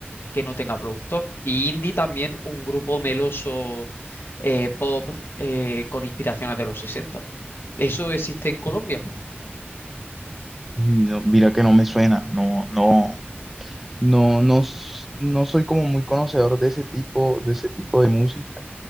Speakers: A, on the left; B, in the centre.
A: que no tenga productor. Y indie también un grupo meloso eh, pop eh, con inspiraciones de los 60. ¿Eso existe en Colombia?
B: No, mira que no me suena, no, no, no, no, s- no soy como muy conocedor de ese tipo, de ese tipo de música.